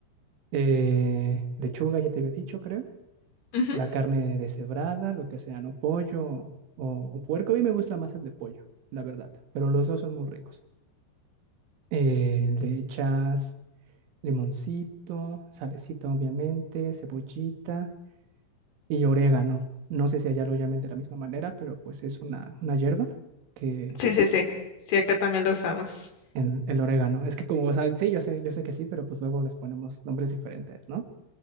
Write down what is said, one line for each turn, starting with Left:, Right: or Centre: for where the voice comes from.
Right: Eh, lechuga, ya te había dicho, creo.
Left: Ujú.
Right: La carne deshebrada, lo que sea, ¿no? Pollo o, o puerco. A mí me gusta más el de pollo, la verdad. Pero los dos son muy ricos. Eh, le echas Limoncito, salecita obviamente, cebollita y orégano. No sé si allá lo llamen de la misma manera, pero pues es una, una hierba que...
Left: Sí, sí, sí. Sí, acá también la usamos.
Right: El, el orégano. Es que como, o sea, sí, yo sé, yo sé que sí, pero pues luego les ponemos nombres diferentes, ¿no?